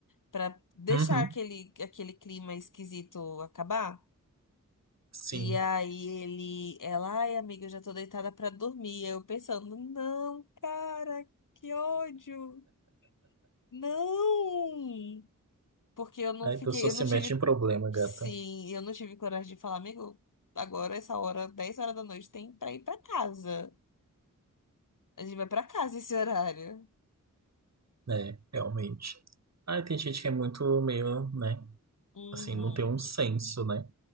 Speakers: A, on the left; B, on the right.
A: Pra deixar
B: Uhum.
A: aquele, aquele clima esquisito acabar.
B: Sim.
A: E aí ele, ela, ai amiga, eu já tô deitada pra dormir. Eu pensando, não, cara, que ódio. Não! Porque eu não
B: É
A: fiquei,
B: que eu só se
A: eu não
B: mete
A: tive,
B: em problema, gata.
A: sim, eu não tive coragem de falar, amigo, agora essa hora, 10 horas da noite, tem pra ir pra casa. A gente vai pra casa esse horário.
B: É, realmente. Aí tem gente que é muito meio, né?
A: Uhum,
B: Assim, não tem um senso, né?